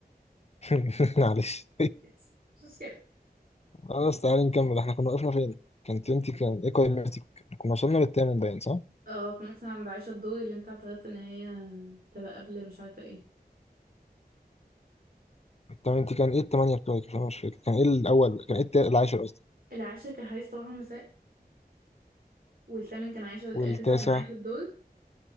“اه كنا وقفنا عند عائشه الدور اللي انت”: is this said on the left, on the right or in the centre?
Right